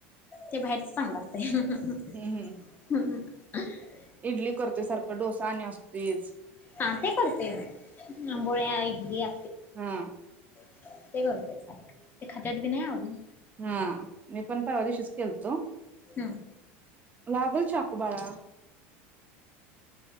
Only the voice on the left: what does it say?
ते बाहेरच चागलं लागतंय ह ह ह
हम्म हा हा <inaudible>
हा काय करते मी आंबोळ्या, इडल्या
<unintelligible> ते खातात बी नाय आवडली
हम्म